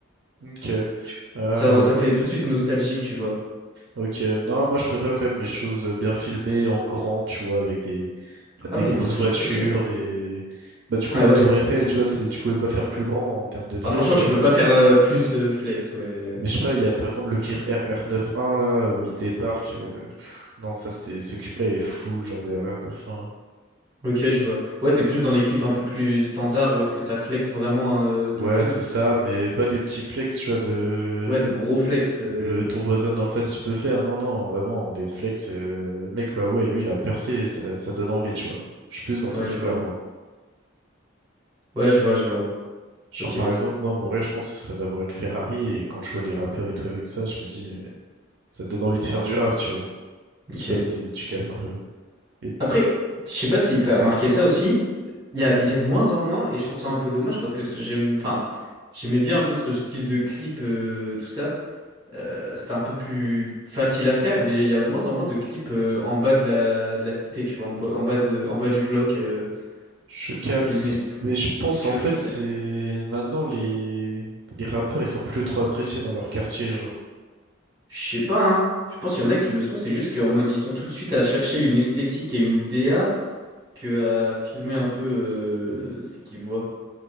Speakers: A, on the right; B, on the right.
A: Ok,
B: je-
A: ah
B: Ça,
A: ouais,
B: ça fait tout de suite nostalgique, tu vois.
A: ok. Non, moi je préfère quand même les choses euh, bien filmées en grand, tu vois, avec des, bah, des
B: Ah oui,
A: grosses
B: mais ça
A: voitures,
B: j'aime bien aussi.
A: des, des- Bah, du coup,
B: Ah
A: la
B: ouais.
A: Tour Eiffel, tu vois, c'est... tu pouvais pas faire plus grand en termes de trucs,
B: Ah, franchement,
A: tu
B: tu
A: vois.
B: peux pas faire euh, plus euh, flex, ouais. euh.
A: Mais je sais pas, il y a par exemple le Clear R r 91 là, où il débarque. euh, Non, ça c'était. Ce clip-là est fou, genre de r 91
B: Ok, je vois. Ouais, t'es plus dans les clips un peu plus standards, où est-ce que ça flex vraiment euh, de
A: Ouais,
B: fou?
A: c'est ça, mais pas des petits flex, tu vois, de.
B: Ouais, des gros flex. euh.
A: Que le... ton voisin d'en face, il peut faire. Non, non, vraiment, des flex. euh, Le mec, ouais, ouais, lui, il a percé, ça, ça donne envie, tu vois. Je suis plus dans
B: Ouais,
A: ce truc-là,
B: je vois.
A: moi.
B: Ouais, je vois, je vois.
A: Genre,
B: Ok,
A: par exemple, moi, mon rêve, je pense, ce serait d'avoir une Ferrari. Et quand je vois les rappeurs et tout avec ça, je me dis, mais ça donne envie de faire du rap, tu vois. Je
B: ok.
A: sais pas si t'es- tu captes un peu. Et
B: Après, je sais pas si t'as remarqué ça aussi. Il y a, il y a de moins en moins, et je trouve ça un peu dommage parce que c'est- j'aime, enfin, j'aimais bien un peu ce style de clip, euh, tout ça. Euh, c'était un peu plus facile à faire, mais il y a de moins en moins de clips euh, en bas de la, de la cité, tu vois, en, bas en bas de, en bas du bloc euh,
A: je capte.
B: à filmer des trucs.
A: Mais je pense,
B: Tu
A: en
B: vois
A: fait,
B: ce que je veux
A: c'est
B: dire?
A: maintenant les, les rappeurs, ils sont plus trop appréciés dans leur quartier, genre.
B: Je sais pas, hein. Je pense qu'il y en a qui le sont, c'est juste qu'en mode ils sont tout de suite à chercher une esthétique et une DA que à filmer un peu euh, ce qu'ils voient.